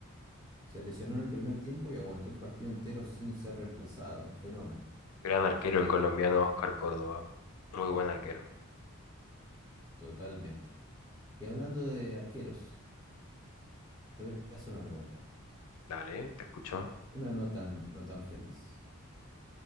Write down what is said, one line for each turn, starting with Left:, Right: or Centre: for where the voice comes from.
Right: Se lesionó en el primer tiempo y aguantó el partido entero sin ser reemplazado. Un fenómeno.
Left: Gran arquero el colombiano Oscar Córdoba. Muy buen arquero.
Right: Totalmente. Y hablando de arqueros, te voy a hacer una pregunta.
Left: Dale, te escucho.
Right: Una no tan, no tan feliz.